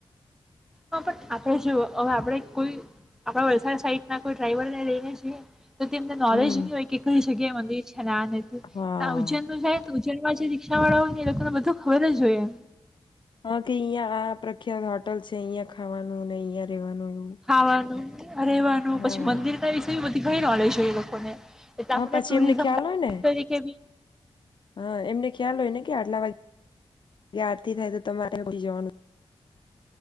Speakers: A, in the centre; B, on the left (about 45°).
A: હા, પણ આપણેે જો હવે આપણેે કોઈ આપણા વલસાડ સાઈડ ના કોઈ ડ્રાઈવરને લઈને જઈએ તો તેમને નોલેજ
B: હમ
A: નહી હોય કે કઈ જગ્યાએ મંદિર <unintelligible>
B: હા
A: ઉજન નું હે તું જેમાં જે રિક્ષાવાળા હોય ને એ લોકોને બધું ખબર જ હોય એમ.
B: હા, કે અહિયાં આ પ્રખ્યાત હોટલ છે. અહિયાં ખાવાનું ને અહીંયા રેવાનું. એવું
A: ખાવાનું રહેવાનું
B: હા
A: પછી મંદિર કય વિશેય બધી ઘણી નોલેજ હોય એ લોકોને. એટલે
B: હા,
A: આપણે
B: પછી
A: ટુરિઝમ
B: એમને
A: ગાઈડ
B: ખ્યાલ હોય ને.
A: તરીકે બી
B: હા, એમને ખ્યાલ હોય ને કે આટલા વાગેગ આારથી થાય તો તમારે <unintelligible> જવાનું.